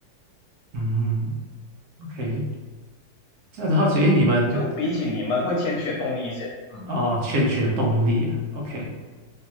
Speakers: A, on the right; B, on the left.
A: 嗯，OK，这样子好奇，诶，你们
B: 就比起你们会欠缺动力一些。嗯
A: 哦，欠缺动力啊？OK，